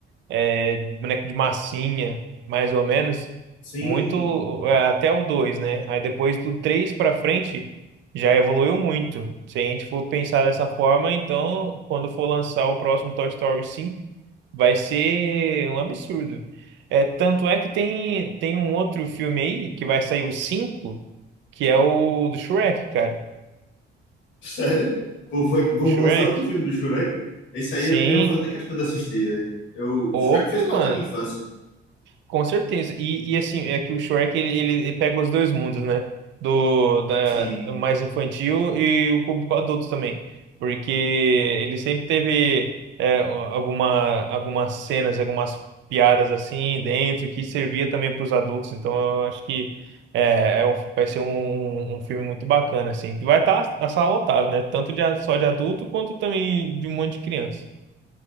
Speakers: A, on the right (about 75°); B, on the left (about 75°).
A: é, de boneco de massinha, mais ou menos,
B: Sim,
A: muito, é, até o 2, né? Aí depois do 3 pra frente, já evoluiu muito. Se a gente for pensar dessa forma, então, quando for lançar o próximo Toy Story cinco Vai ser um absurdo. É, tanto é que tem, tem um outro filme aí que vai sair o 5 que é o do Shrek, cara.
B: Sério? Pô, vai- vamos
A: O Shrek.
B: lançar outro filme do Shrek? Esse
A: Sim.
B: aí eu também vou fazer questão de assistir, velho. Eu,
A: Opa,
B: Shrek fez parte
A: mano.
B: da minha infância.
A: Com certeza. E, e assim, é que o Shrek ele, ele ele pega os dois mundos, né? Do da,
B: Sim,
A: o mais infantil e o público adulto também. Porque ele sempre teve é, o- alguma, algumas cenas, algumas piadas assim dentro que servia também para os adultos. Então eu acho que é, é um- vai ser um, um um filme muito bacana, assim. Que vai estar a sala lotada, né? Tanto de, a- só de adulto quanto também de um monte de criança.